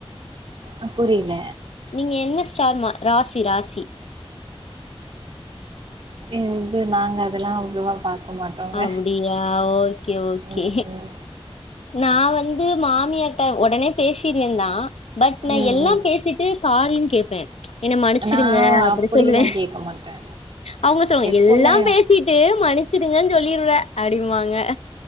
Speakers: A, on the right; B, on the left.
A: அ புரியல
B: நீங்க என்ன ஸ்டார்மா ராசி ராசி
A: இது நாங்க அதெல்லா அவ்வளவா பாக்க மாட்டோங்க
B: அப்படியா ஓகே ஓகே
A: ம்
B: நா வந்து மா மியார்ட உடனே பேசிருவே தா பட் நா
A: ம்
B: எல்லாம்
A: ம்
B: பேசிட்டு சாரின்னு கேட்பே என்ன மன்னச்சிடுங்க
A: நா
B: அப்படி
A: அப்டிலா
B: சொல்லுவே
A: கேக்க மாட்டே
B: அவங்க சொல்ல
A: எப்பவுமே
B: எல்லாம் பேசிட்டு மன்னச்ச ங்க சொல்லிற அப்டிமாங்க